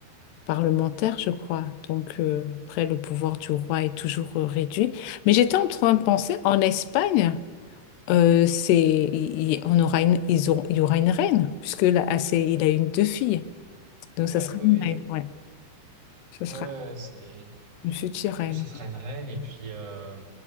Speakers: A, on the left; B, on the right.
A: parlementaire, je crois. Donc euh, après, le pouvoir du roi est toujours euh, réduit. Mais j'étais en train de penser, en Espagne euh, c'est, il- il- on aura une, ils auront- il y aura une reine, puisque là, ah, c'est- il a une deux filles. Donc,
B: Ouais,
A: ça sera
B: oui,
A: une reine,
B: oui.
A: ouais. Ce sera
B: Ouais, ouais, ouais, c'est ouais,
A: une future reine.
B: ce sera
A: ouais.
B: une reine et puis euh,